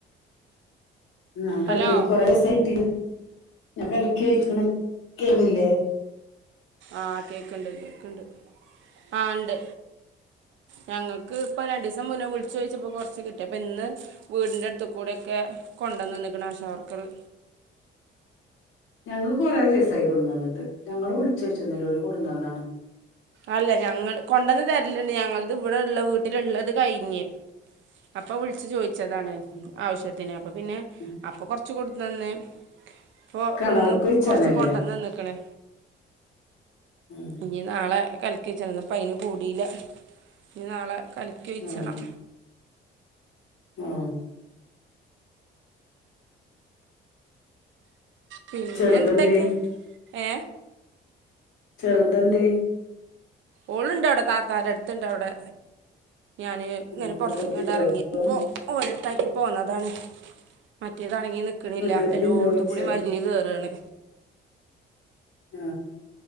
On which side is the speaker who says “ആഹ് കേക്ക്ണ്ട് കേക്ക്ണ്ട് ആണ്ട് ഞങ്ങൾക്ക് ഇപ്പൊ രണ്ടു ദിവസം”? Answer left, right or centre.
Right